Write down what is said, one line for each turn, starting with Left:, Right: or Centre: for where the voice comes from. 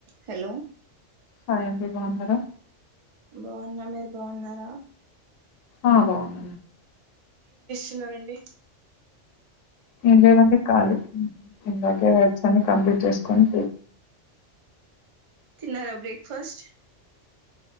Right: Hello
Left: సాడి బాగున్నారుార
Right: బాగున్న మీరు బాగున్నారా
Left: ఆ బాగున్నా
Right: ున్నారంండి
Left: ఇ వంది కాలు ఇందాకేదచ్చ కంప్లీట్ చెస్కొని
Right: తిన్నారా బ్రేక్ ఫాస్ట్